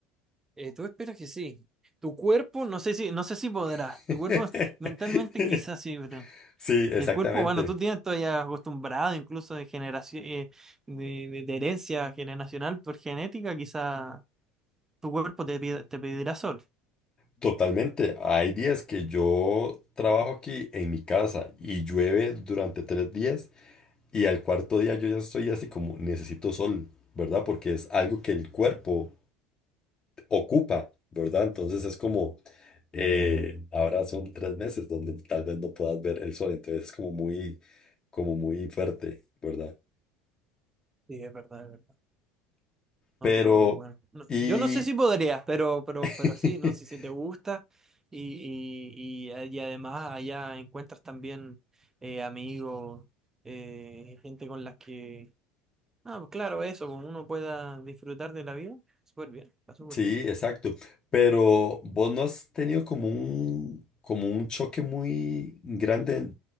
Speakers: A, on the right (about 20°); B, on the left (about 30°).
A: Eh, tú esperas que sí. Tu cuerpo, no sé si, no sé si podrás.
B: <laughs>
A: Tu cuerpo mentalmente quizás sí, ¿verdad?
B: Sí, exactamente.
A: El cuerpo bueno tú tienes todavía acostumbrado incluso de generación, eh, de, de- de herencia generacional por genética, quizá tu cuerpo te, pida- te pedirá sol.
B: Totalmente. Hay días que yo trabajo aquí en mi casa y llueve durante tres días y al cuarto día yo ya estoy así como necesito sol, ¿verdad? Porque es algo que el cuerpo ocupa, ¿verdad? Entonces es como, eh, ahora son tres meses donde tal vez no puedas ver el sol, entonces es como muy, como muy fuerte, ¿verdad?
A: Sí, es verdad, es verdad.
B: Pero,
A: No, pero bueno, no-
B: y
A: yo no sé si podrías, pero, pero,
B: <laughs>
A: pero sí, ¿no? Si, si te gusta y, y, y, eh, y además allá encuentras también eh, amigos, eh, gente con las que, ah, pues claro, eso, pues uno pueda disfrutar de la vida, súper bien, está súper
B: Sí,
A: bien.
B: exacto. Pero vos no has tenido como un, como un choque muy grande